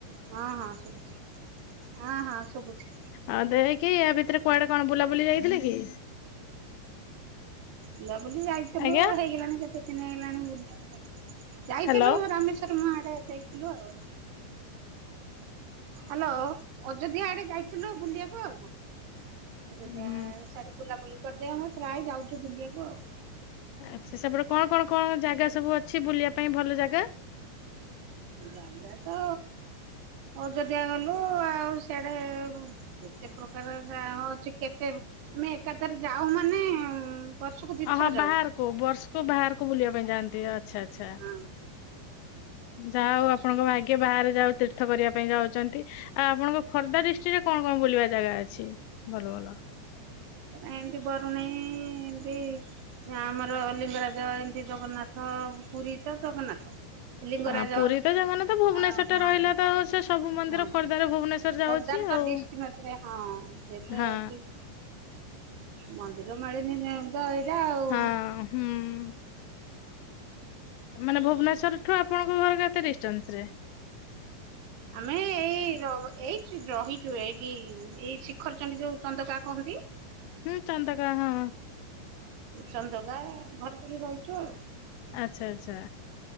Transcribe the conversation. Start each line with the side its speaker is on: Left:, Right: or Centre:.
Right: ହଁ ହଁ ସୁବୁଛି ହଁ ହଁ ସୁବୁଛି।
Left: ହଁ ଦେଇକି ୟା ଭିତରେ କୁଆଡେ କଣ ବୁଲାବୁଲି ଯାଇଥିଲେ କି।
Right: ବୁଲାବୁଲି ଯାଇଥିଲୁ
Left: ଆଜ୍ଞା
Right: ହେଇଗଲାଣି କେତେ ଦିନି ହେଇଗଲାଣି ବୁଲିିବାକୁ ଯାଇଥିଲୁ
Left: ହ୍ୟାଲୋ।
Right: ରାମେଶ୍ୱର। ରାମ ଆଡ଼େ ଯାଇଥିଲୁ ଆଉ। ହ୍ୟାଲୋ। ଅଯୋଧ୍ୟା ଆଡେ ଯାଇଥିଲୁ ବୁଲିବାକୁ। ଅଯୋଧ୍ୟା
Left: ହୁଁ
Right: ଆଡ଼େ ସିଆଡ଼େ ବୁଲାବୁଲି କରିଦେଇ ଆମେ ପ୍ରାୟ ଯାଉଛୁ ବୁଲିବାକୁ ଆଉ।
Left: ଆଚ୍ଛା ସେପଟେ କଣ କଣ କଣ ଜାଗା ସବୁ ଅଛି ବୁଲିବା ପାଇଁ ଭଲ ଜାଗା।
Right: ଜାଗା ତ ଅଯୋଧ୍ୟା ଗଲୁ ଆଉ ସେଆଡେ। କେତେ ପ୍ରକାର ଅଛି କେତେ ଆମେ ଏକାଥରେ ଯାଉ ମାନେ। ବର୍ଷକୁ ଦିଥର
Left: ହଁ ହଁ
Right: ଯାଉ
Left: ବାହାରକୁ ବର୍ଷକୁ ବାହାରକୁ ବୁଲିବା ପାଇଁ ଯାଆନ୍ତି ଆଚ୍ଛା ଆଛା।
Right: ହଁ
Left: ଯାହା
Right: ବର୍ଷକୁ
Left: ହଉ ଆପଣଙ୍କ ଭାଗ୍ୟ ବାହାରେଯାହା ହଉ ତୀର୍ଥ କରିବା ପାଇଁ ଯାଉଛନ୍ତି। ଆ ଆପଣଙ୍କ ଖୋର୍ଦ୍ଧା ଡିଷ୍ଟ୍ରିକ୍ଟ ରେ କଣ କଣ ବୁଲିବା ଜାଗା ଅଛି। ଭଲ ଭଲ।
Right: ଏମତି ବରୁଣେଇ ଏମତି। ଆମର ଲିଙ୍ଗରାଜ ଏମିତି ଜଗନ୍ନାଥ ପୁରୀ ତ ଜଗନ୍ନାଥ। ଲିଙ୍ଗରାଜ।
Left: ଆ ପୁରୀ
Right: ଅଁ
Left: ତ ଜଗନ୍ନାଥ ଭୁବନେଶ୍ୱର
Right: ହଁ
Left: ଟା ରହିଲା ତ ସେ ସବୁ ମନ୍ଦିର
Right: ହ ହ।
Left: ଖୋର୍ଦ୍ଧାରେ ଭୁବନେଶ୍ୱର ଯାଉଛି
Right: ଖୋର୍ଦ୍ଧାଙ୍କ
Left: ଆଉ।
Right: ଡିଷ୍ଟ୍ରିକ୍ମଟରେ ହଁ ଯେତେ
Left: ହଁ
Right: ଅଛି। ମନ୍ଦିର ମାଳିନି ତ ଏଇଟା ଆଉ।
Left: ହଁ ହୁଁ। ମାନେ ଭୁବନେଶ୍ୱର ଠୁ ଆପଣଙ୍କ ଘର କେତେ ଡିଷ୍ଟାନ୍ସରେ।
Right: ଆମେ ଏଇ। ଏଇ ଏଇ ରହିଲୁ ଏଇଠି ଏଇ ଶିଖର ଚଣ୍ଡୀ ଯୋଉ ଚନ୍ଦକାା କହନ୍ତି।
Left: ହୁଁ ଚନ୍ଦକା ହଁ।
Right: ଚନ୍ଦକା ଘର କରି ରହିଛୁ ଆଉ।
Left: ଆଛା ଆଚ୍ଛା।